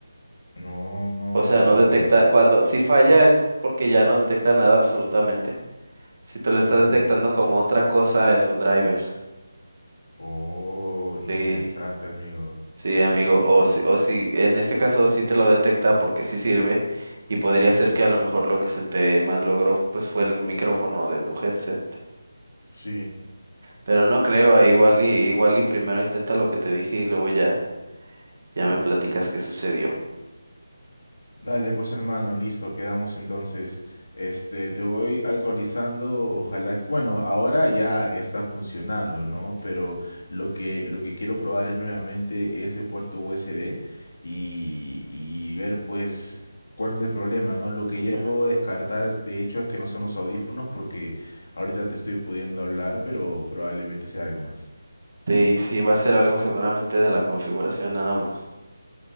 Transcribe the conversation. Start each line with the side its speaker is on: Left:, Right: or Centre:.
Left: No.
Right: O sea, no detecta, cuando si falla es porque ya no detecta nada absolutamente. Si te lo está
Left: ujú.
Right: detectando como otra cosa, es un driver.
Left: Oh, interesante,
Right: Sí,
Left: amigo.
Right: sí, amigo.
Left: Sí,
Right: O
Left: amigo.
Right: si, o si, en este caso sí te lo detecta porque sí sirve. Y podría
Left: Sí,
Right: ser que a lo mejor lo que se te mal logró pues fue el micrófono de tu headset.
Left: sí,
Right: Pero no creo, ah,
Left: sí,
Right: igual
Left: sí, sí.
Right: y, igual y primero intenta lo que te dije y luego ya, ya me platicas qué sucedió.
Left: Dale, pues hermano, listo, quedamos entonces. Este, te voy actualizando, ojalá, bueno, ahora ya está funcionando, ¿no? Pero lo que lo que quiero probar es nuevamente ese puerto USB y, y ver pues cuál es el problema, ¿no? Lo que
Right: Ujú.
Left: ya puedo descartar, de hecho, es que no son los audífonos porque ahorita te estoy pudiendo hablar, pero probablemente sea algo más.
Right: Sí, sí, va a ser algo seguramente de la configuración nada más.